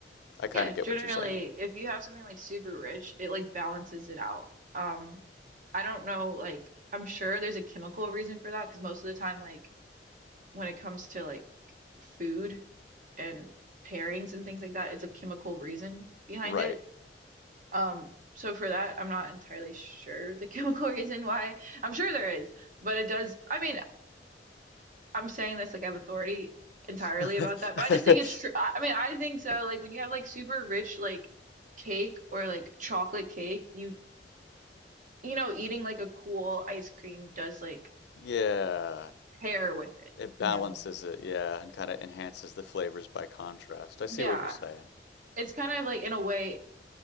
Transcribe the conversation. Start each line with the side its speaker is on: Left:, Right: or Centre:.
Left: I kind
Right: Yeah,
Left: of
Right: generally,
Left: get what you're saying.
Right: if you have something like super rich, it like balances it out. Um, I don't know, like I'm sure there's a chemical reason for that because most of the time, like when it comes to like food and pairings and things like that, it's a chemical reason behind
Left: Right.
Right: it. Um, so for that, I'm not entirely sure the <laughs> chemical reason why. I'm sure there is but it does i mean I'm saying this like I have authority entirely
Left: <laughs>
Right: about that, but I just think it's true. I I mean, I think so. Like when you have like super rich like cake or like chocolate cake, you you know, eating like a cool ice cream does like
Left: Yeah,
Right: pair with it,
Left: it balances
Right: you know.
Left: it, yeah, and kind of enhances the flavors by contrast. I see
Right: Yeah.
Left: what you're saying.
Right: It's kind of like in a way